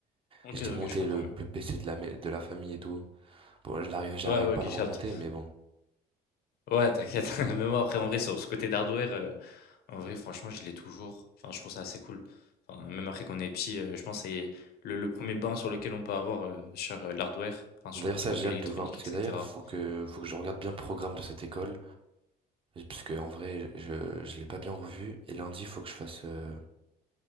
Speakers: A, on the left; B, on the right.
A: OK,
B: Et J'ai démonté
A: OK, je comprends
B: le,
A: mieux.
B: le PC de la, ma- de la famille et tout. Bon, je l'arrive, j'arrive
A: Ouais, ouais,
B: pas
A: OK,
B: à le
A: je
B: remonter,
A: capte.
B: mais bon.
A: Ouais, t'inquiète. <laughs> Même moi, après, en vrai, sur ce côté d'hardware, heu, en vrai, franchement, je l'ai toujours. Enfin, je trouve ça assez cool. Enfin, même après qu'on est petit, heu, je pense que c'est le le 1 bain sur lequel on peut avoir, heu, sur, heu, l'hardware, enfin sur,
B: D'ailleurs,
A: heu,
B: ça, j'ai
A: l'électronique
B: hâte de voir, parce
A: et
B: que
A: cetera.
B: d'ailleurs, faut que, faut que je regarde bien le programme de cette école, parce que en vrai, je, je l'ai pas bien revu. Et lundi, faut que je fasse, euh,